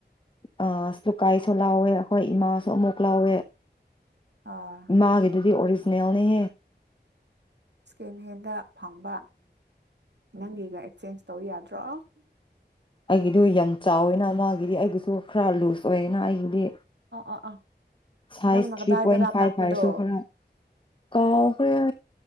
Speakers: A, on the left; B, on the right.
A: ꯑ ꯁ ꯂꯨꯀꯥꯏꯁꯨ ꯂꯥꯎꯋꯦ ꯍꯣꯏ ꯏꯃꯥꯁꯨ ꯑꯃꯨꯛ ꯂꯥꯎꯋꯦ
B: ꯑꯥ
A: ꯃꯥꯒꯤꯗꯤ ꯑꯣꯔꯤꯖꯤꯆꯦꯜꯅꯦꯍꯦ
B: ꯁꯀꯦꯟꯍꯦꯟꯗ ꯐꯪꯕ ꯅꯪꯒꯤꯒ ꯑꯦꯛꯆꯦꯟꯁ ꯇꯧ ꯌꯥꯗ꯭ꯔꯣ
A: ꯑꯩꯒꯤꯗꯨ ꯌꯥꯝ ꯆꯥꯎꯋꯤꯅ ꯃꯥꯒꯤꯗꯤ ꯑꯩꯒꯤꯁꯨ ꯈꯔ ꯂꯨꯁ ꯑꯣꯏꯌꯦꯅ ꯑꯩꯒꯤꯗꯤ
B: ꯑꯥ ꯑꯥ
A: ꯁꯥꯏꯁ
B: ꯅꯪꯅ
A: ꯊ꯭ꯔꯤ
B: ꯀꯗꯥꯏꯗꯔꯥ
A: ꯄꯣꯏꯟ ꯐꯥꯏꯚ
B: ꯀꯥꯛꯄꯗꯣ
A: ꯍꯥꯏꯔꯁꯨ ꯈꯔ ꯀꯥꯎꯈꯔꯦ